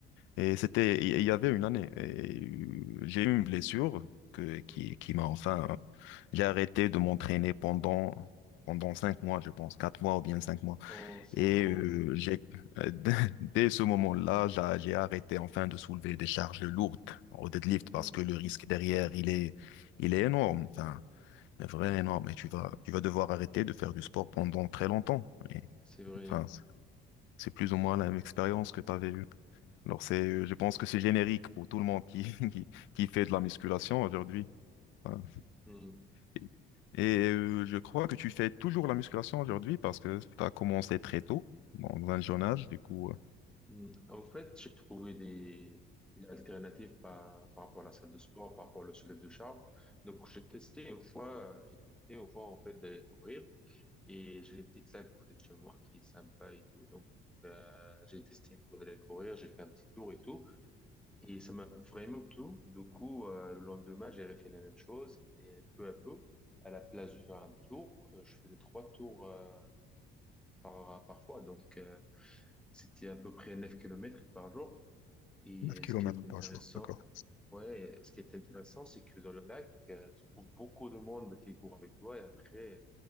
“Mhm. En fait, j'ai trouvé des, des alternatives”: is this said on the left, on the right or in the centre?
Centre